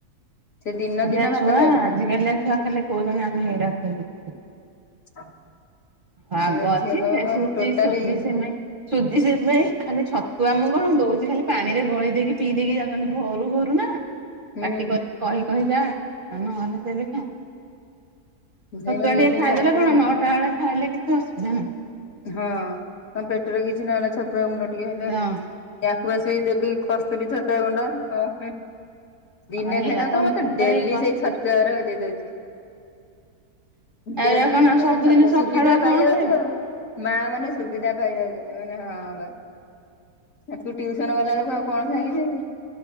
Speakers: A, on the left (about 60°); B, on the right (about 45°).
A: ସେ
B: ଆଜି
A: ଦିନ
B: କାଲିଆ
A: ଦିନ ଭାତ
B: ଛୁଆ
A: ଖାଇବନି
B: ଆଜି କାଲିଆ ଛୁଆ ଖାଲି କହୁଛନ୍ତି ଆମେ ହେଇରା ଖାଇବୁ।
A: <inaudible>
B: ଆଗ
A: ସେ
B: ଅଛି
A: ଝିଅ କହିବ କଣ
B: ସୁଜି
A: ମୁଁ ଟୋଟାଲି
B: ସୁଜି ସିମେଇ। ସୁଜି ଖାଲି ଛତୁଆ ମୁଁ କଣ ଦଉଛି ଖାଲି ପାଣିରେ ଗୋଳେଇ ଦେଇକି ପିଇ ଦେଇକି ଯାଉ ଛନ୍ତି ଭୋରୁ ଭୋରୁ ନା
A: ହୁଁ
B: ପାଟି କରିକି କହି କହି ଯା ନହେଲେ ସେ ବି ଖାଆନ୍ତ
A: ସେଇ
B: ସତୁଆ
A: ବା ଇଏ
B: ଟିକେ
A: ସେଇ
B: ଖାଇଦେଲେ
A: ସାତଟା
B: କଣ ନଅଟା ବେଳେ ଖାଇଲେ କିଛି ଅସୁବିଧା ନାହିଁ।
A: ହଁ ତମ ପେଟରେ କିଛି ନହଲା ଛତୁଆ ଗୁଣ୍ଡ ଟିକେ ହେଲେ ହେଲା
B: ହଁ
A: ୟାକୁ ବା ସେଇ <unintelligible> କସ୍ତୁରୀ ଛତୁଆ ଗୁଣ୍ଡ <unintelligible> ଦିନେ
B: ଆଉ ହେଇରା
A: ଖାଇଦବା
B: ତ
A: କ ମତେ
B: ମୁଁ ତ
A: ଡେଲି
B: ଏଇ କସ୍ତୁରୀ
A: ସେଇ ଛତରେ ଦେଇଦଉଛି।
B: ଏଇରା
A: ଡେଲି
B: କଣ
A: ମତେ
B: ଆଉ ସବୁଦିନ
A: ସେ
B: ସକାଳୁ
A: ସୁବିଧା
B: ଆଉ କଣ
A: ପାଇ ଯାଉଛ
B: ଖାଇବି।
A: ଆଉ। ମା ମାନେ ସୁବିଧା ପାଇଯାଉଛନ୍ତି ମାନେ ହଁ ବା। ଆକୁ ଟ୍ୟୁସନ ଗଲାବେେଳକୁ ଆଉ କଣ ଖାଇକି ଯିବୁ।